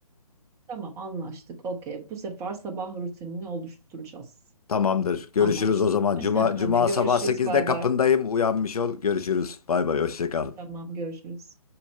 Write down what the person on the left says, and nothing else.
Tamamdır. Görüşürüz
o zaman. Cuma,
Cuma
sabah sekizde
kapındayım.
Uyanmış ol. Görüşürüz. Bay bay. Hoşça kal.